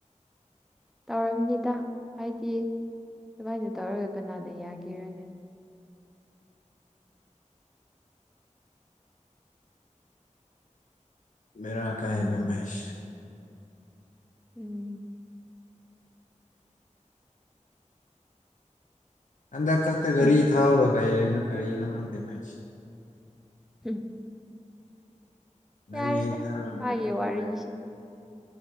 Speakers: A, in the centre; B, on the left (about 75°).
A: ꯇꯧꯔꯝꯅꯤꯗ ꯍꯥꯏꯗꯤ ꯑꯗꯨꯃꯥꯏꯅ ꯇꯧꯔꯒ ꯀꯅꯥꯗ ꯌꯥꯈꯤꯔꯅꯤ
B: ꯃꯦꯔꯥ ꯑ ꯀꯥꯏꯕ
A: ꯎꯝ
B: ꯃꯁ
A: ꯎꯝ
B: ꯍꯟꯗꯛ ꯈꯛꯇ
A: ꯎꯝ
B: ꯒꯥꯔꯤ ꯊꯥꯎꯔꯨꯔ ꯀꯔꯤꯅꯣ ꯀꯔꯤꯅꯣ ꯈꯪꯗꯦ ꯃꯥꯏꯁꯤꯦ
A: ꯎꯝ
B: ꯉ
A: ꯌꯥꯔꯦꯗ
B: ꯍ
A: ꯃꯥꯒꯤ
B: ꯈꯔ
A: ꯋꯥꯔꯤꯁꯦ